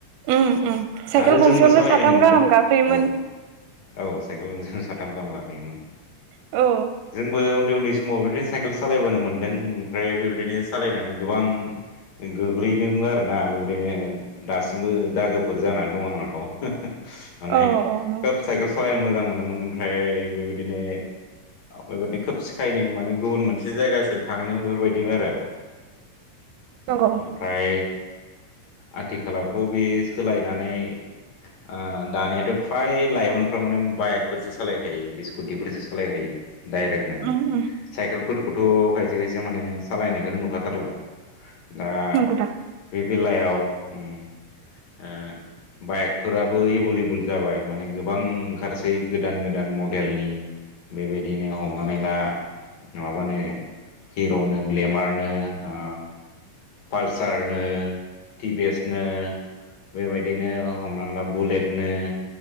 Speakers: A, on the right; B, on the left.
A: उम उम साइकेल
B: आरो
A: गंसेयावनो
B: जोंबो सालायनो
A: साथाम
B: मोनदों
A: गाहाम गाखोयोमोन
B: औ। औ साइकेल गंसेयावनो साथाम गाहाम गाखोयोमोन।
A: औ
B: जोंबो उन्दै उन्दै समाव बिदिनो साइकेल सालायबोनो मोनदों ओमफ्राय बेबायदिनो सालायनानै गोबां गोग्लैदोंबो आरोना बेबायदिनो दासिमबो दागोफोर जानानै दं आंनाथ'। माने
A: औ औ नंगौ
B: खोब साइकेल सलायनो मोजां मोनोमोन ओमफ्राय बेबाय दिनो बेबायदि खोब सिखायनो माने गुबुन मोनसे जायगासिम थांनो बेफोरबायदिमोन आरो।
A: नंगौ।
B: ओमफ्राय आथिखालावथ' बे सोलायनानै ओ दानियाथ' फ्राय लाइमोनफ्रा माने बाइकफोरसो सालायखायो। इस गुदिफोरसो सालायखायो डाइरेक्टनो।
A: उम उम
B: साइकेलफोरखौथ' खायसे खायसे माने सालायनायखोनो नुखाथारला। दा
A: नंगौ दा
B: बे बेलायाव उम। ओ बाइकफोराबो एबुलेबुल जाबाय माने गोबां ओंखारसै गोदान गोदान म नि बेबायदिनो हमनानै ला माबानो हिर'नो ग्लेमारनो ओ पालसारनो। टिभिएसनो बेबायदिनो हमना ला बुलेटनो।